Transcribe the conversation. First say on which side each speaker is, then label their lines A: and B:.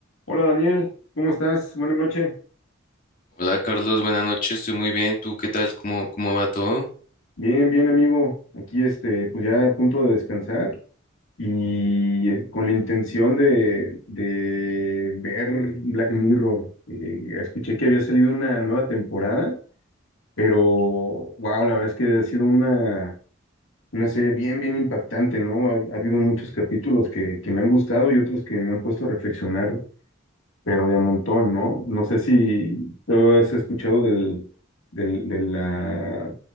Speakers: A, on the left (about 75°); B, on the left (about 40°).
A: Hola Daniel, ¿cómo estás? Buenas noches.
B: Hola Carlos, buenas noches, estoy muy bien. ¿Tú qué tal? ¿Cómo, cómo va todo?
A: Bien, bien amigo. Aquí este, pues ya a punto de descansar y eh, con la intención de, de ver Black Mirror. Eh, escuché que había salido una nueva temporada, pero wow, la verdad es que ha sido una, una serie bien, bien impactante, ¿no? Ha, ha habido muchos capítulos que, que me han gustado y otros que me han puesto a reflexionar Pero de a montón, ¿no? No sé si tú has escuchado del, del, de la,